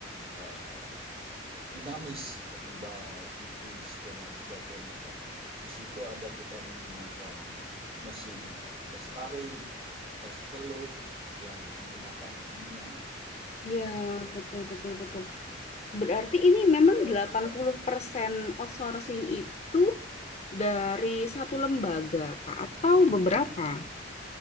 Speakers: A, on the right; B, on the left.
A: uh, dinamis kembal tipis dan lain sebagainya kan di situ ada kita menggunakan mesin uh, tes tarik tes celup yang menggunakan kimia kan gitu
B: ya betul betul betul. Berarti ini memang
A: tetap
B: delapan
A: kita
B: puluh persen outsourcing itu dari satu lembaga, Pak, atau beberapa?